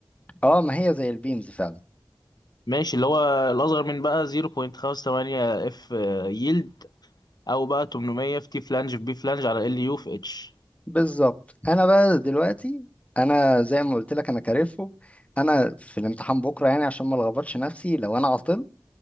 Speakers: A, on the left; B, on the left.
A: اه ما هي زي البيمز فعلا
B: ماشي اللي هو الأصغر من بقى 0.58 اف يلد أو بقى 800 في تي فلانج في بي فلانج على ال يو في اتش
A: بالظبط انا بقى دلوقتي انا زي ما قلت لك انا كارفهم انا في الامتحان بكره يعني عشان ما لخبطش نفسي لو انا عطلت